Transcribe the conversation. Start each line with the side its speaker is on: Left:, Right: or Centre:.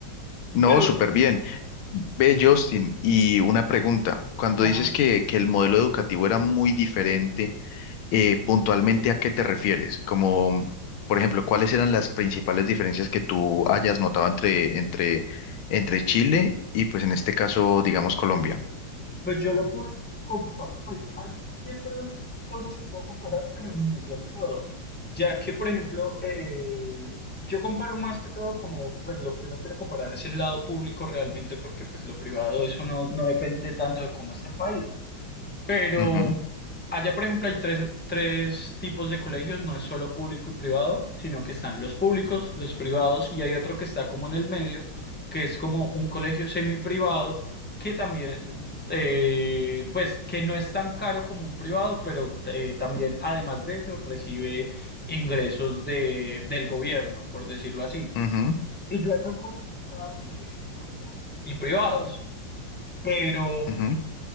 Left: No,
Centre: Pero,
Left: súper bien. Ve, Justin, y una pregunta. Cuando
Centre: ajá,
Left: dices que, que el modelo educativo era muy diferente, eh, puntualmente, ¿a qué te refieres? Como, por ejemplo, ¿cuáles eran las principales diferencias que tú hayas notado entre, entre, entre Chile y, pues, en este caso, digamos, Colombia?
Centre: pues yo lo puedo comparar, pues hay siempre cosas que puedo comparar, pero no es del todo. Ya que, por ejemplo, eh, yo comparo más que todo como, pues lo que uno quiere comparar es el lado público realmente, porque pues lo privado, eso no, no depende tanto de cómo es el país. Pero
Left: Ujú,
Centre: allá, por ejemplo, hay tres, tres tipos de colegios, no es solo público y privado, sino que están los públicos, los privados y hay otro que está como en el medio, que es como un colegio semiprivado, que también, eh, pues, que no es tan caro como un privado, pero eh, también, además de eso, recibe ingresos de, del gobierno, por decirlo así.
Left: ujú,
Centre: Y yo acá en Colombia he estado en colegios públicos y privados. Pero,
Left: ujú.